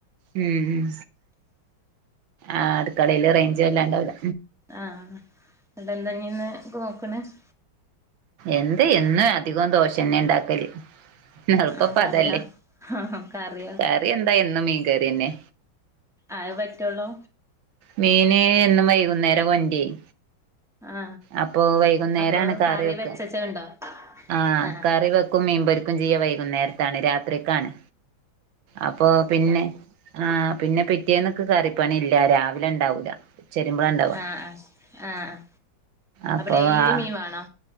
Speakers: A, on the right; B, in the centre.
A: ഉം അട്ക്കളീല് റേഞ്ച് വെല്ലണ്ടാവൂല
B: ആഹ് ന്നിട്ട എന്താ ഇന്ന് നോക്ക്ണത്
A: എന്ത് എന്നും അധികം ദോഷംന്നെ ഇണ്ടാക്കല് എളുപ്പപ്പതല്ലേ
B: ആ കറിയോ കറിയോ
A: കറി എന്താ എന്നും മീൻ കറിന്നെ
B: അതെ പറ്റുള്ളൂ
A: മീന് എന്നും വൈകുന്നേര കൊണ്ട്രെയ്
B: ആ
A: അപ്പൊ വൈകുന്നേരാണ്
B: അപ്പൊ
A: കറി വെക്ക.
B: <unintelligible>
A: ആഹ
B: ആ
A: കറി വെക്കും മീൻപൊരിക്കും ചെയ്യാ വൈകുന്നേരത്താണ് രാത്രിക്കാണ്. അപ്പൊ പിന്നെ ആ പിന്നെ പിറ്റേന്ന്. കറിപ്പണി ഇല്ല രാവിലെ ഇണ്ടാവൂല. ചെരുമ്പോഴ ഇണ്ടവാ
B: ആഹ് ആഹ് ആഹ് ആഹ്
A: അപ്പൊ
B: ഡെയിലി
A: ആ
B: മീൻ വേണോ